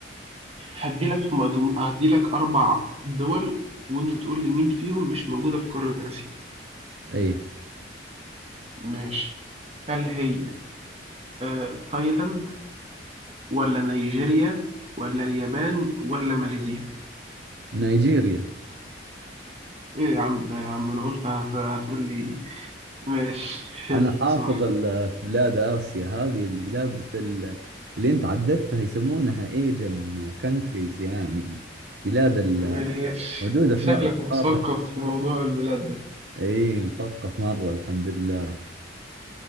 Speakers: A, on the right; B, on the right.
A: هديلك مجمو... هديلك أربع دول وأنت تقول لي مين فيهم مش موجودة في قارة آسيا
B: أي
A: ماشي هل هي آه، تايلاند ولا نيجيريا ولا اليابان ولا ماليزيا
B: نيجيريا
A: ايه يا عم ده يا عم انا قلت هت... هتقول لي ماشي حلو
B: أنا حافظ
A: صح
B: ال- في بلاد آسيا هذه البلاد ال- اللي أنت عددتها يسمونها ايجن كونتريز يعني بلاد ال-
A: ماشي
B: موجودة
A: انت
B: في
A: شكلك
B: م- في
A: مثقف
B: قارة
A: في موضوع البلاد ده
B: أي مثقف مرة الحمد لله